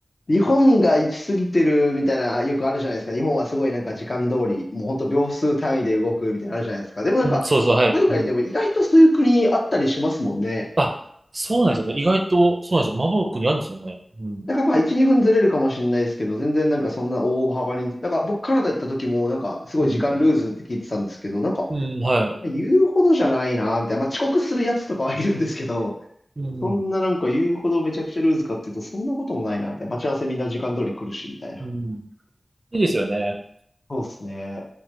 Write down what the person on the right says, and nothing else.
うん、そうそう、はい。
うん。あ、そうなんですよね。意外と、そうなんですよ。マボロックにあるんですよね。うん。
うん。
うん、はい。
うん。
うん。いいですよね。